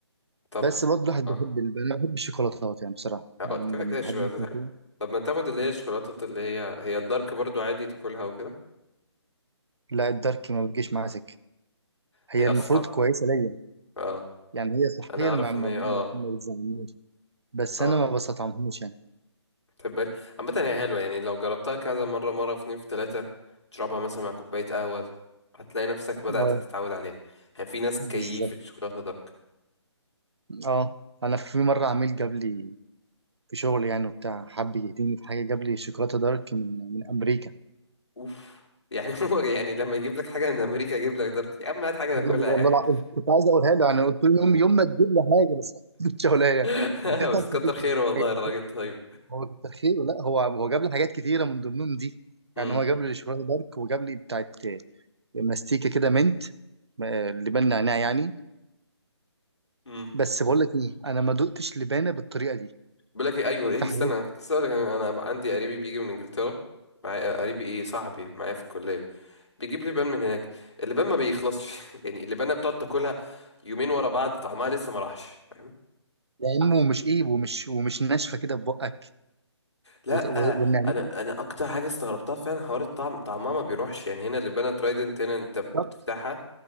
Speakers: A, on the left; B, on the right.
A: طب
B: بس برضه الواحد
A: اه
B: بيحب ال- انا بحب الشوكولاتات يعني بصراحه يعني
A: هو
B: لما
A: كده كده الشوكولاتات
B: بحب مثلا
A: حلوة.
B: كده
A: طب ما تاخد اللي هي الشوكولاتة اللي هي هي الدارك برضو عادي تاكلها وكده
B: لا الدارك ما بتجيش معايا سكه هي
A: هي
B: المفروض
A: اصلا طعم
B: كويسه ليا
A: اه
B: يعني هي صحيا
A: انا اعرف
B: ما ما,
A: ان هي
B: ما
A: اه
B: ما بتزعلنيش بس
A: اه
B: انا ما بستطعمهاش يعني
A: متحبهاش عامة هي حلوة يعني لو جربتها كذا مرة مرة في اتنين في تلاتة تشربها مثلا مع كوباية قهوة هتلاقي نفسك بدأت
B: اه
A: تتعود عليها يعني في ناس
B: بالظبط
A: كيفة شوكولاتة دارك
B: اه انا في مره عميل جاب لي في شغل يعني وبتاع حب يهديني في حاجه جاب لي شوكولاته دارك من من امريكا
A: اوف يعني <laughs> هو يعني لما يجيب لك حاجه من امريكا يجيب لك دارك يا عم هات حاجه
B: جاب
A: ناكلها
B: لي والله
A: يا عم
B: العظيم كنت عايز اقولها له يعني قلت له يوم يوم ما تجيب لي حاجه بس ما كنتش هقولها يعني
A: <laughs>
B: اديتها
A: بس
B: لخطيبتي
A: كتر خيره
B: وبتاع،
A: والله
B: هي
A: الراجل
B: بس-
A: طيب
B: هو تخيل لا هو هو جاب لي حاجات كتيره من ضمنهم دي
A: امم
B: يعني هو جاب لي شوكولاته دارك وجاب لي بتاعت ماستيكه كده منت آه، لبان نعناع يعني
A: امم
B: بس بقول لك ايه انا ما دقتش لبانه بالطريقه دي
A: بقول لك ايه ايوه ايه
B: في
A: استنى
B: حياتي
A: انا كنت لسه هقول لك انا أنا عندي قريبي بيجي من انجلترا معايا قريبي ايه صاحبي معايا في الكليه بيجيب لي بان من هناك اللبان ما بيخلصش <laughs> يعني اللبانه بتقعد تاكلها يومين ورا بعض طعمها لسه ما راحش فاهم؟
B: يا عم ومش ايه ومش ومش ناشفه كده في بقك
A: لا
B: وت- و- والنعناع
A: انا انا اكتر حاجه استغربتها فعلا حوار الطعم طعمها ما بيروحش يعني هنا اللبانه ترايدنت هنا انت بتفتحها
B: بالظبط.